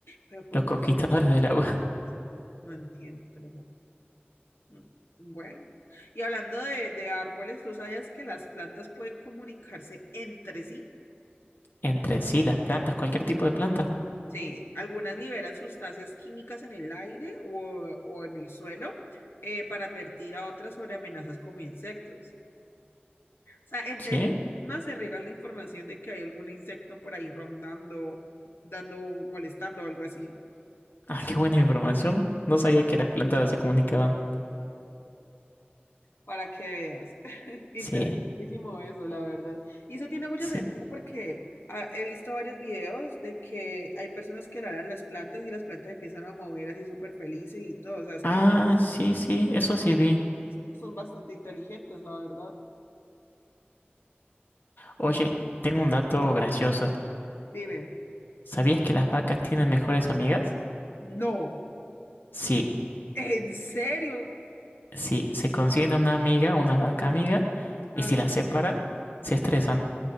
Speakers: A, on the left; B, on the left.
A: Pero como
B: Los conquistadores
A: que antes de la
B: del agua.
A: tarde, no entiendo. te lo juro. No. Bueno, y hablando de, de árboles, ¿tú sabías que las plantas pueden comunicarse entre sí?
B: <laughs> Entre sí, las plantas, cualquier tipo de planta.
A: Sí, algunas liberan sustancias químicas en el aire o, o en el suelo eh, para advertir a otras sobre amenazas como insectos. O sea, entre
B: ¿Sí?
A: ellas mismas se riega la información de que hay algún insecto por ahí rondando, dando, molestando o algo así,
B: Ah, qué buena información. No sabía que las plantas se comunicaban.
A: para que veas. <laughs> Interesantísimo
B: Sí,
A: eso, la verdad. Y eso tiene mucho
B: sí.
A: sentido porque ah, he visto varios videos de que hay personas que le dan las plantas y las plantas empiezan a mover así súper felices y todo. O sea, es
B: Ah,
A: que
B: sí, sí, eso sí vi.
A: Son bastante inteligentes, la verdad.
B: Oye, tengo un dato gracioso.
A: Dime,
B: ¿Sabías que las vacas tienen mejores amigas?
A: no,
B: Sí,
A: ¿en serio?
B: sí, se consiguen una amiga, una vaca amiga,
A: Ajá.
B: y si las separan, se estresan.